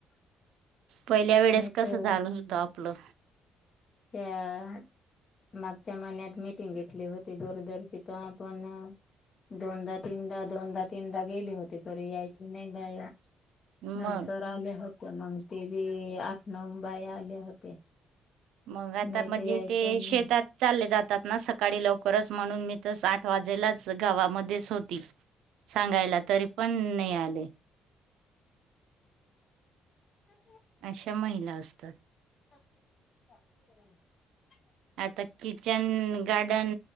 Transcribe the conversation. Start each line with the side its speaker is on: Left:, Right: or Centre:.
Right: पहिल्या वेळेस
Left: नाही
Right: कसं
Left: तर
Right: झालं होतं आपलं.
Left: त्या मागच्या महिन्यात मिटिंग घेतली होती दोरदरची तर आपण दोनदा तीनदा दोनदा तीनदा गेले होत्ये तरी आयक्ती नाही बाया
Right: मग
Left: नंतर आले होते मग ते बी आठ नऊ बाया आल्या होत्या.
Right: मग आता
Left: नाही
Right: म्हणजे
Left: तर यायच्या
Right: ते
Left: नाही
Right: शेतात चालले जात तात ना सकाळी लवकरच म्हणून मी तस आठ वाजेलाच गावामध्येच होती. सांगायला तरी पण नही आले.
Left: हम
Right: अशा महिला असतात.
Left: <unintelligible>
Right: तर किचन गार्डन